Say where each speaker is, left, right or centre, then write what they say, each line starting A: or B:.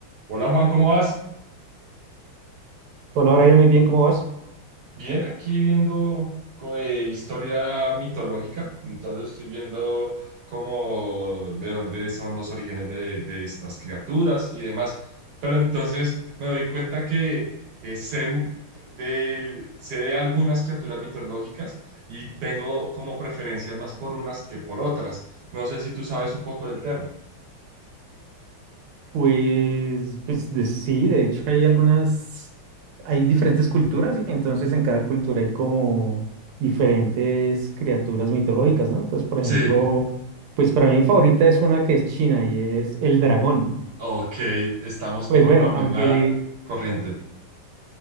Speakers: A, on the right; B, on the right.
A: Hola Juan, ¿cómo vas?
B: Hola, Brian, muy bien, ¿cómo vas?
A: Bien, aquí viendo co- eh, historia mitológica, entonces estoy viendo cómo de dónde son los orígenes de, de estas criaturas y demás, pero entonces me doy cuenta que eh, sé de, sé de algunas criaturas mitológicas y tengo como preferencias más por unas que por otras. No sé si tú sabes un poco del tema.
B: Pues, pues de- sí, de hecho hay algunas, hay diferentes culturas y entonces en cada cultura hay como diferentes criaturas mitológicas, ¿no? Entonces, por
A: Sí,
B: ejemplo, pues para mí mi favorita es una que es china y es el dragón.
A: ok, estamos
B: Pues
A: por
B: bueno,
A: la misma
B: aunque,
A: corriente.